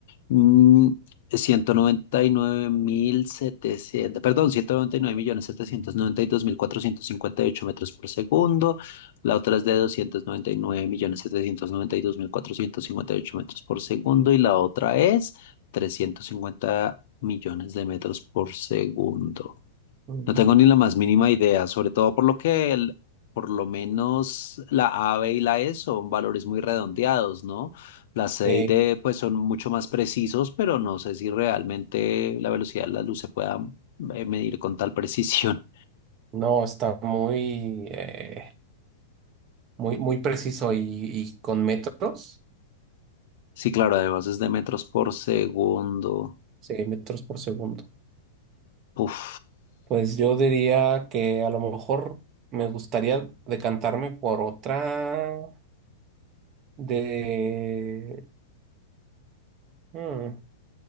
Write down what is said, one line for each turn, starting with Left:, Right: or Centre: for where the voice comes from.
Left: mm, ciento noventa y nueve mil setecientos, perdón, ciento noventa y nueve millones setecientos noventa y dos mil cuatrocientos cincuenta y ocho metros por segundo, la otra es de doscientos noventa y nueve millones setecientos noventa y dos mil cuatrocientos cincuenta y ocho metros por segundo y la otra es 350 millones de metros por segundo.
Right: Ujú.
Left: No tengo ni la más mínima idea, sobre todo por lo que el- por lo menos la A, B y la E son valores muy redondeados, ¿no? La C
Right: Eh,
Left: y D pues son mucho más precisos, pero no sé si realmente la velocidad de la luz se pueda eh, medir con tal <laughs> precisión.
Right: no, está muy, eh, muy, muy preciso y, y con metros.
Left: Sí, claro, además es de metros por segundo.
Right: Sí, metros por segundo.
Left: Uf.
Right: Pues yo diría que a lo mejor me gustaría decantarme por otra de... hmm,